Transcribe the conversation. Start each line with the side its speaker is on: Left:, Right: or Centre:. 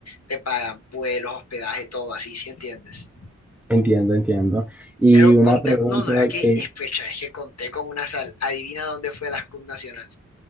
Left: te pagan vuelos, hospedaje, todo así, ¿sí entiendes?
Centre: entiendo, entiendo. Y
Left: Pero
Centre: una
Left: conté,
Centre: pregunta
Left: no, no, es que
Centre: que,
Left: es fecha, es que conté con una sal. Adivina dónde fue la SCUM nacional.